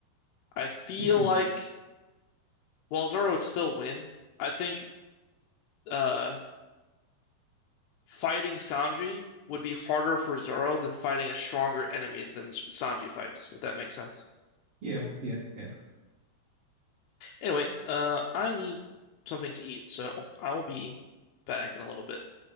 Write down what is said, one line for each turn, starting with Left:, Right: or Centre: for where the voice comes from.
Left: I feel
Right: Mm.
Left: like while Zoro would still win, I think uh, fighting Sanji would be harder for Zoro than fighting a stronger enemy than Sanji fights, if that makes sense.
Right: Yeah. Yeah. Yeah.
Left: Anyway, uh, I need something to eat, so I will be back in a little bit.